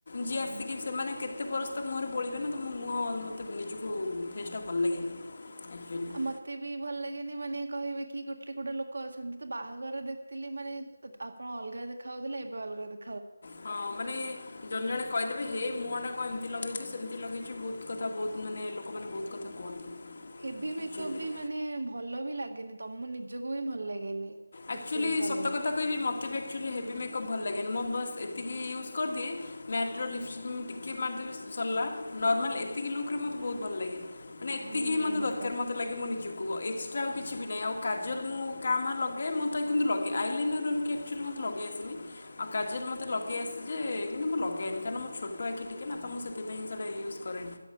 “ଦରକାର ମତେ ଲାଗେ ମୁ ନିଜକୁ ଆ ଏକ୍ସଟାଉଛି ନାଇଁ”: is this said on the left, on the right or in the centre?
Left